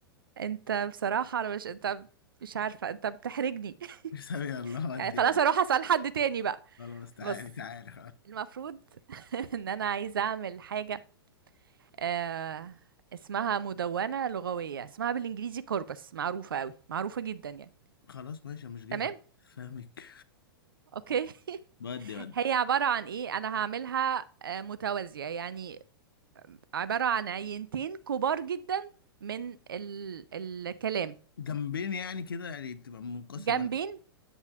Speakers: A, on the right (about 65°); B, on the left (about 65°).
A: انت بصراحة انا مش انت مش عارفة انت بتحرجني
B: <laughs> حسابي الله
A: <laughs>
B: ودي
A: يعني خلاص
B: يعني.
A: اروح اسأل حد تاني بقى
B: خلاص تعالي
A: بص
B: تعالي
A: المفروض <laughs> ان انا عايزة اعمل حاجة آه اسمها مدونة لغوية اسمها بالانجليزي كوربس معروفة قوي معروفة جدا يعني
B: <laughs> خلاص ماشي مش جاهل
A: تمام
B: فاهمك
A: اوكي <laughs>
B: ودي ودي
A: هي عبارة عن ايه انا هعملها آه، متوازية يعني عبارة عن عينتين كبار جدا من ال... الكلام
B: جنبين يعني كده يعني بتبقى منقسمه
A: جنبين
B: لجنب.